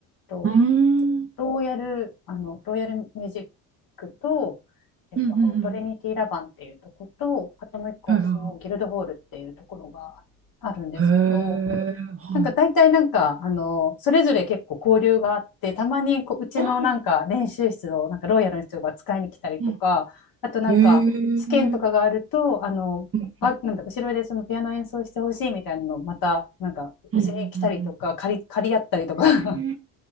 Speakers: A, on the left; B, on the right.
A: と
B: うーん。うん。
A: ローヤル、あのローヤルミュージックと、えっと、
B: うんう
A: トリニティ・
B: ん
A: ラバンっていうとこと、あともう一個私もギルドホールっていうところがあるんですけど、
B: はいはいはいへえ。はい。
A: なんか大体なんか、あの、それぞれ結構交流があって、たまにこう、うちのなんか練習室をなんかロイヤルの人が使いに来たりとか、
B: あうん
A: あとなんか試験とかがあると、
B: うんへえ。
A: あの、
B: うん
A: ば、なんだ、後ろでそのピアノ演奏してほしいみたいなのをまた、なんか、
B: うんうん
A: うちに来たりとか、借り、借り合ったりとか <laughs>。
B: うんうん